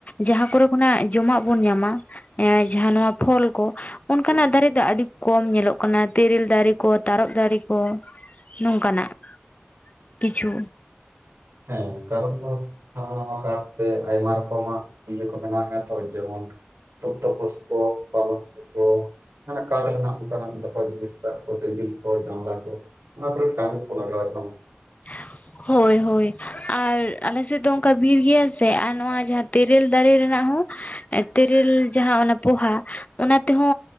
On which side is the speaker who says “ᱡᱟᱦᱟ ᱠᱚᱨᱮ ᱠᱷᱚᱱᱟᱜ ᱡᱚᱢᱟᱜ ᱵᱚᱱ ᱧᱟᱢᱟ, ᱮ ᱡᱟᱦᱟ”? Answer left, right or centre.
Left